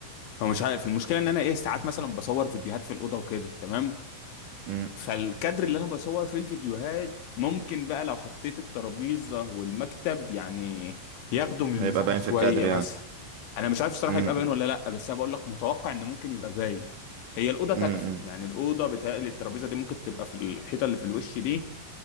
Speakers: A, on the left; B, on the right.
A: هو مش عارف المشكله ان انا ايه ساعات مثلا بصور فيديوهات في الاوضه وكده تمام
B: م.
A: فالكادر اللي انا بصور فيه الفيديوهات ممكن بقى لو حطيت الترابيزة والمكتب يعني ياخدوا من المساحة
B: هيبقى باين
A: شوية
B: في الكادر يعني
A: مثلا انا مش عارف الصراحة
B: م-
A: يبقى باين ولا لا بس انا بقول لك متوقع ان ممكن يبقى باين هي الأوضة تكفي
B: م- م-
A: يعني الأوضة بتهيألي الترابيزة دي ممكن تبقى في الحيطة اللي في الوش دي